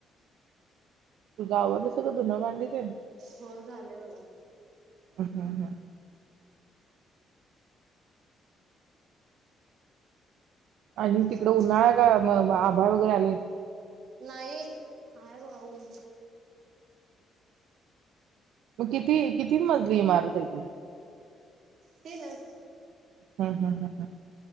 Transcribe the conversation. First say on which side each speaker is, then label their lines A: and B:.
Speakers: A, on the right (about 85°); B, on the right (about 65°).
A: तुझं आवरलं सगळं धून भांडी तेन.
B: हो झाले बघा.
A: हं हं! आणि
B: मग
A: तिकडं उन्हाळा का म बा. बाळू सर आले.
B: नाही हाय भावु.
A: म किती, किती मजली इमारत आहे ती.
B: तीनच.
A: ह ह ह